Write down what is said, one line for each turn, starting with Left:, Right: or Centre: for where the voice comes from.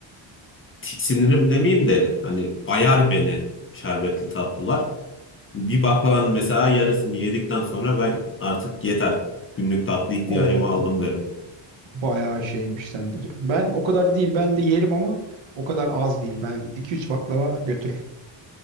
Left: tiksinirim demeyeyim de hani bayar beni şerbetli tatlılar. Bir baklavanın mesela yarısını yedikten sonra ben artık yeter günlük tatlı ihtiyacımı
Right: O
Left: aldım derim.
Right: bayağı şeymiş sende durum. Ben o kadar değil. Ben de yerim ama o kadar az değil. Ben iki üç baklava götürürüm.